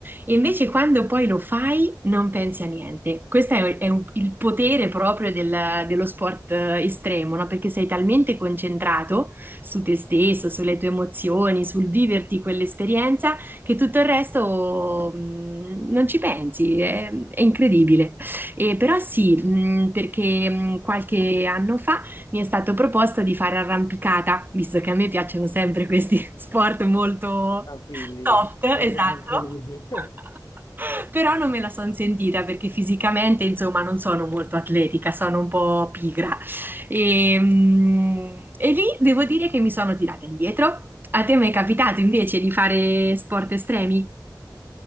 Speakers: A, on the right; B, on the left.
A: E invece quando poi lo fai non pensi a niente. Questo è, è un- il potere proprio del- dello sport eh, estremo, no? Perché sei talmente concentrato su te stesso, sulle tue emozioni, sul viverti quell'esperienza, che tutto il resto mh, non ci pensi, è, è incredibile. E però sì, mh, perché mh, qualche anno fa mi è stato proposto di fare arrampicata, visto che a me piacciono sempre questi <laughs> sport molto
B: Tranquilli,
A: soft,
B: molto
A: esatto.
B: tranquilli. <laughs>
A: <laughs> Però non me la sono sentita perché fisicamente, insomma, non sono molto atletica, sono un po' pigra. E, mm, e lì devo dire che mi sono tirata indietro. A te mi è capitato invece di fare sport estremi?